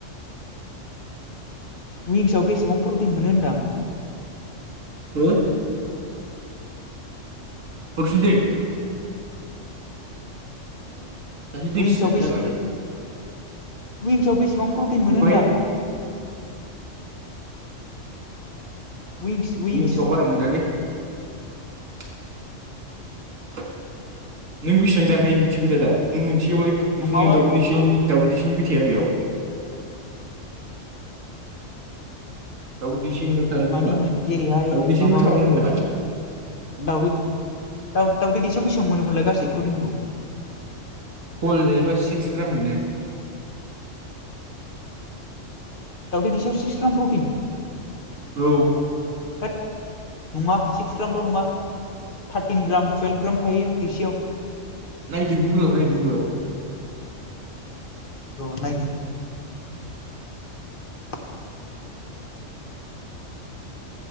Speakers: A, on the left; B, on the right.
A: विंसाव बेसेबां प्रटिन मोनो होनदां?
B: हो हरफिननिसै औ दाख्लै दै
A: उइंसआव
B: सिनानै जालालै।
A: विंसाव बेसेबां प्रटिन मोनो
B: ओमफ्राय
A: होनदां? विंस विंस
B: विंसाव बारा मोनालै। नों बेसेबां जानो हायो बिनिसो खोथा दा नों मोन एसेयावलाय बिदिनो
A: नङाबा
B: दावउदै दैसेयानो दाउदै दैसेनि थाया बेयाव दावदै दै सेनिबो थाङो
A: मानि
B: खोमा
A: मोन जेरैहाय
B: आरो दैसेनिबो
A: माबा
B: थाबावनाय नङा।
A: दावदै दावदै दैसेयाव बेसेबां मोनोमोनलाय गासै प्रटिनखौ
B: बल जायो बा सिक्स ग्राम मोनो।
A: दउदै दैसेयाव सिक्स ग्राम प्रटिन
B: औ
A: होद नङा सिक्स ग्रामल नङा थारटिन ग्राम टुवेल्भ ग्राम थायो दैसेयाव।
B: नायदो गुगोलाव नाय गुगोलाव
A: र नायनि <unintelligible>